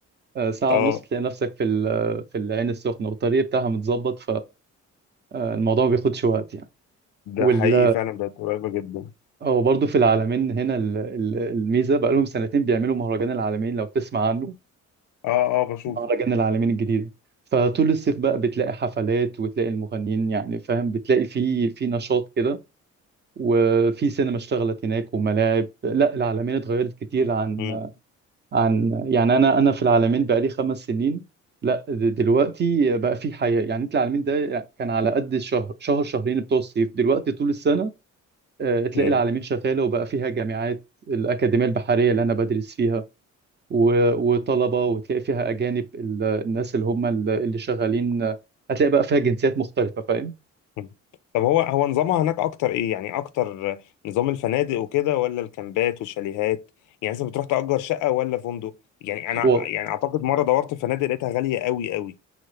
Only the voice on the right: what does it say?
آه، ساعة
ونص تلاقي نفسك في ال- في العين السخنة والطريق بتاعها متظبط فالموضوع ما بياخدش وقت يعني
وال
أو برضه في العالمين هنا ال- ال- الميزة بقالهم سنتين بيعملوا مهرجان العالمين لو تسمع عنه
مهرجان العالمين الجديدة فطول الصيف بقى بتلاقي حفلات وتلاقي المغنيين يعني فاهم بتلاقي في في نشاط كده وفي سينما اشتغلت هناك وملاعب لا العالمين اتغيرت كتير عن
عن يعني انا انا في العالمين بقالي خمس سنين لا د- دلوقتي بقى في حياة يعني انت العالمين ده كان على قد الشهر شهر شهرين بتوع الصيف دلوقتي طول السنة آه، تلاقي
العالمين شغالة وبقى فيها جامعات الأكاديمية البحرية اللي أنا بدرس فيها و- وطلبة وتلاقي فيها أجانب ال- الناس اللي هم ال- اللي شغالين آه، هتلاقي بقى فيها جنسيات مختلفة فاهم
هو